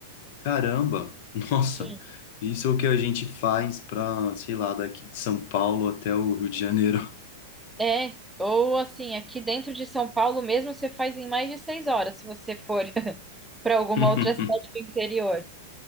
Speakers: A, on the left (about 55°); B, in the centre.
A: Caramba! <laughs> Nossa!
B: Sim.
A: Isso é o que a gente faz para, sei lá, daqui de São Paulo até o Rio de Janeiro.
B: É, ou assim, aqui dentro de São Paulo mesmo você faz em mais de seis horas, se você for <laughs> para alguma
A: <laughs>
B: outra cidade do interior.